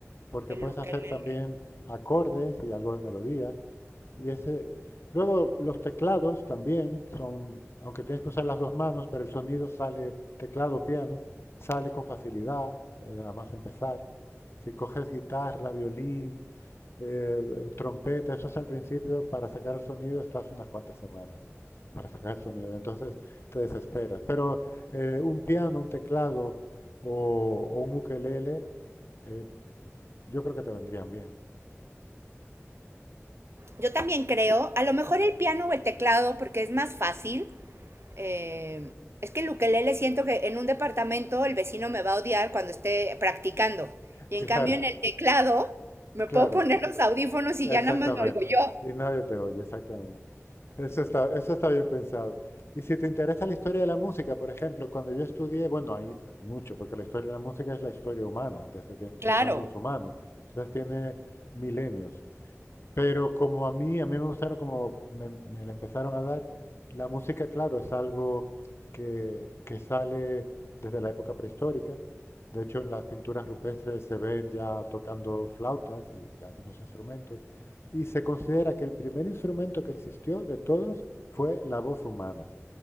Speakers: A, on the left (about 55°); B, on the right (about 55°).
A: porque
B: El
A: puedes
B: ukelele.
A: hacer también acordes y algo de melodía. Y ese, luego los teclados también son, aunque tienes que usar las dos manos, pero el sonido sale, teclado, piano, sale con facilidad, eh, nada más empezar. Si coges guitarra, violín, eh, trompeta, eso es al principio, para sacar el sonido estás unas cuantas semanas para sacar el sonido. Entonces te desesperas. Pero eh, un piano, un teclado o, o un ukelele, eh, yo creo que te vendrían bien.
B: Yo también creo, a lo mejor el piano o el teclado, porque es más fácil. eh, es que el ukelele siento que en un departamento el vecino me va a odiar cuando esté practicando.
A: <laughs>
B: Y
A: Claro,
B: en cambio en el teclado me
A: claro.
B: puedo poner los audífonos y
A: Exactamente.
B: ya nada más me oigo yo.
A: Y nadie te oye, exactamente. Eso está, eso está bien pensado. Y si te interesa la historia de la música, por ejemplo, cuando yo estudié, bueno, hay mucho, porque la historia de la música es la historia humana, desde que empezaron
B: Claro,
A: los humanos. Entonces tiene milenios. Pero como a mí, a mí me gustaron como me, me la empezaron a dar, la música, claro, es algo que, que sale desde la época prehistórica. De hecho, en las pinturas rupestres se ven ya tocando flautas y algunos instrumentos. Y se considera que el primer instrumento que existió de todos fue la voz humana,